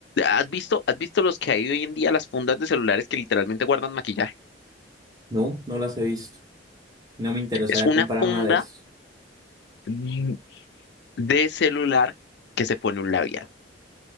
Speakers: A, on the left; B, on the right.
A: ¿Has visto, has visto los que hay hoy en día, las fundas de celulares que literalmente guardan maquillaje?
B: ¿no? No las he visto. No me interesaría
A: Es una
B: comprar
A: funda
B: una de esas.
A: mm, de celular que se pone un labial.